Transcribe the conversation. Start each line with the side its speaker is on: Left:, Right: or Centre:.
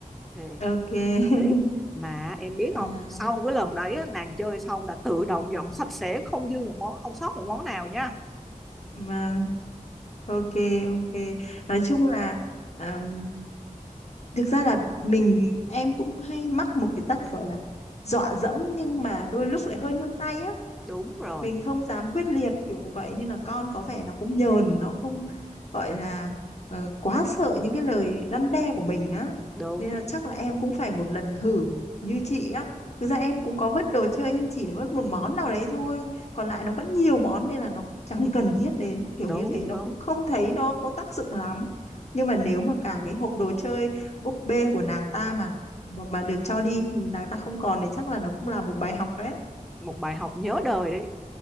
Centre: thì
Left: ok <laughs>
Centre: đấy mà em biết
Left: à,
Centre: không sau cái lần đấy á, nàng chơi xong là tự động dọn sạch sẽ không dư một món không sót một món nào nha
Left: vâng ok ok nói chung là ờm, thực ra là mình em cũng hay mắc một cái tật gọi là dọa dẫm nhưng mà đôi lúc lại hơi nương tay á
Centre: Đúng rồi,
Left: mình không dám quyết liệt kiểu vậy nên là con có vẻ nó cũng nhờn nó không gọi là ờ, quá sợ những cái lời răn đe của mình á
Centre: đúng,
Left: nên là chắc là em cũng phải một lần thử như chị á thực ra em cũng có vứt đồ chơi nhưng chỉ là vứt một món nào đấy thôi còn lại nó vẫn nhiều món nên là nó chẳng <laughs> cần thiết đến kiểu
Centre: đúng,
Left: như thế nó
Centre: đúng.
Left: cũng không thấy nó có tác dụng lắm nhưng mà nếu mà cả cái hộp đồ chơi búp bê của nàng ta mà mà, mà được cho đi nàng ta không còn thì chắc là nó cũng là một bài học đấy
Centre: Một bài học nhớ đời đấy.